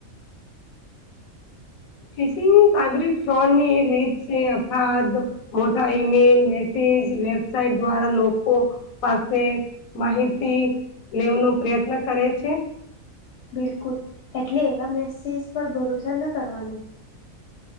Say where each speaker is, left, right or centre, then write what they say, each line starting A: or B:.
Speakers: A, on the left; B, on the left.
A: ફિશિંગ સાબરી ફ્રોન ની એક રીત છે અફાદ મોટા ઈમેલ મેસેજ વેબસાઇટ દ્વારા લોકો પાસે માહિતી લેવનો પ્રયત્ન કરે છે
B: બિલકુલ એટલે એવા મેસેજ પર ભરોસા ન કરવાનું